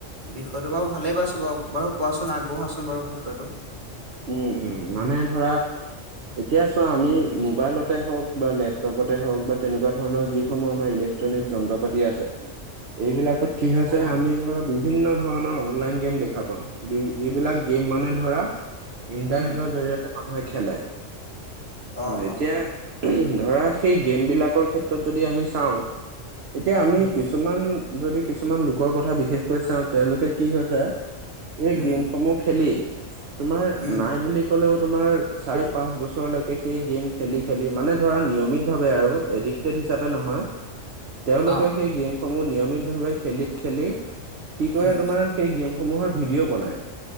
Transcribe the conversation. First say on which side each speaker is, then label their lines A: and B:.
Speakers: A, on the right (about 40°); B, on the right (about 60°).
A: বিষয়টো বাও ভালেই পাইছো বাৰু বাৰু কোৱাচোন আগবঢ়োৱাচোন বাৰু বিষয়টো
B: উম উম মানে ধৰা এতিয়া চোৱা আমি
A: উম
B: মোবাইলতে হওক বা লেপ টপতে হওক বা তেনেকুৱা ধৰণৰ যিসমূহ আমাৰ ইলেক্ট্ৰনিক যন্ত্ৰ পাতি আছে এইবিলাকত কি হৈছে
A: অ
B: আমি ধৰা বি বিভিন্ন ধৰণৰ অনলাইন গেম দেখা পাওঁ বি যিবিলাক গেম মানে ধৰা ইণ্টাৰনেটৰ
A: উম
B: জৰিয়তে মানুহে খেলে আহ
A: অ
B: এতিয়া
A: অ
B: ধৰা সেই গেমবিলাকৰ ক্ষেত্ৰত যদি আমি চাওঁ এতিয়া আমি
A: উম
B: কিছুমান যদি কিছুমান লোকৰ কথা বিশেষকৈ চাওঁ তেওঁলোকে কি হৈছে এই
A: উম
B: গেমসমূহ খেলি তোমাৰ
A: উম
B: নাই বুলি হলেও তোমাৰ চাৰি পাঁচ বছৰলৈকে সেই গেম খেলি খেলি মানে ধাৰা নিয়মীয় ভাৱে আৰু এডিক্টেত হিচাপে নহয় তেওঁলোকে
A: অ
B: সেই গেম সমূহ নিয়মিত ভাৱে খেলি খেলি কি কৰে
A: উম
B: তোমাৰ সেই গেমসমূহৰ ভিডিঅ' বনাই